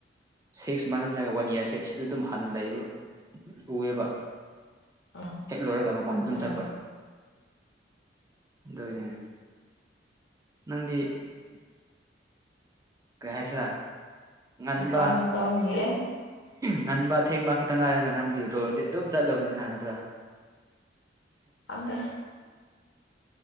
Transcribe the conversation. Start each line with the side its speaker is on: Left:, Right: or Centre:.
Right: ꯁꯤꯛꯁ ꯃꯥ ꯅꯠꯇ꯭ꯔꯒ ꯋꯥꯟ ꯏꯌꯥꯔꯁꯦ ꯁꯤꯗ ꯑꯗꯨꯝ ꯍꯥꯟꯅ ꯂꯩꯕ ꯎꯑꯦꯕ
Left: ꯎꯝ
Right: ꯍꯦꯛ ꯂꯣꯏꯔꯒ ꯃꯄꯥꯟꯗ ꯑꯗꯨꯝ
Left: ꯎꯝ
Right: ꯆꯠꯄ ꯗꯣꯏꯅꯤꯅꯦ ꯅꯪꯗꯤ ꯀꯩ ꯍꯥꯏꯁꯤꯔꯥ ꯉꯟꯕ
Left: ꯃꯝ ꯃꯇꯝꯝꯒꯤ
Right: ꯉꯟꯕ ꯊꯦꯡꯕ ꯈꯛꯇ ꯉꯥꯏꯔꯦꯗ ꯅꯪꯗꯤ ꯂꯣꯏꯔꯗꯤ ꯑꯗꯨꯝ ꯆꯠꯂꯕꯅꯤꯅꯍ ꯅꯠꯇ꯭ꯔꯥ
Left: ꯑꯗ